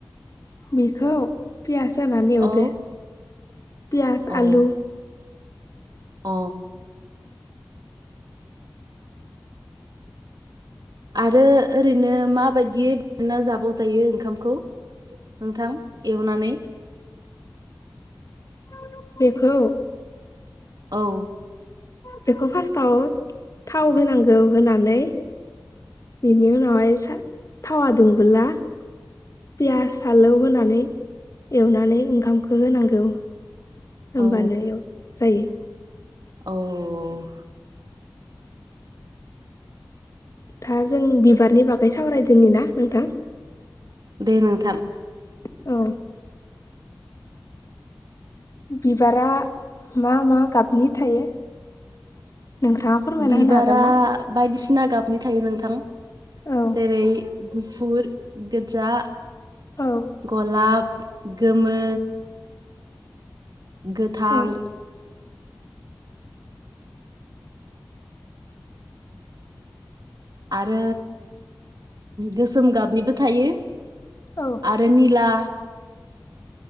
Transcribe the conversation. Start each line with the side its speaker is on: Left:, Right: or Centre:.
Left: बिखौ? पियास होनानै एवदों।
Right: औ
Left: पियाज
Right: औ
Left: आलु।
Right: अ आरो ओरैनो माबादियै एवना जाबाव जा जायो ओंखामखौ नोंथां एवनानै?
Left: <inaudible> बेखौ
Right: औ
Left: बेखौ फार्स्टआव थाव होनांगौ होनानै बेनि उनावहाय सा थावा दुंबोला पियास फालौ होनानै एवनानै ओंखामखौ होनांगौ। होमबानो
Right: औ
Left: एव जायो।
Right: औ
Left: था जों बिबारनि बागै सावरायदोनि ना नोंथां।
Right: दे नोंथां।
Left: औ बिबारा मा मा गाबनि थायो? नोंथाङा फोरमायना
Right: बिबारा
Left: होनो हागोन ना
Right: बायदिसिना गाबनि थायो नोंथां। थां
Left: औ
Right: जेरै गुफुर, गोजजा
Left: औ
Right: गलाब, गोमो गोथां
Left: औ
Right: आरो गोस सोम गाबनिबो थायो
Left: औ
Right: आरो निला